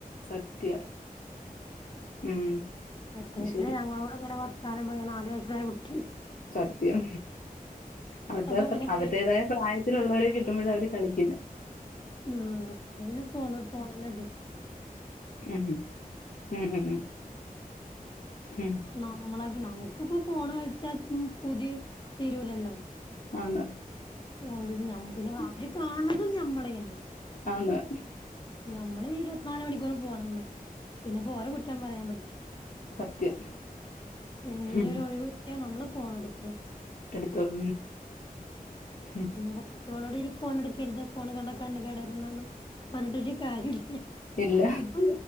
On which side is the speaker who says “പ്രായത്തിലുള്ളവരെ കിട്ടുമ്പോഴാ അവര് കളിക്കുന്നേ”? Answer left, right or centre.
Left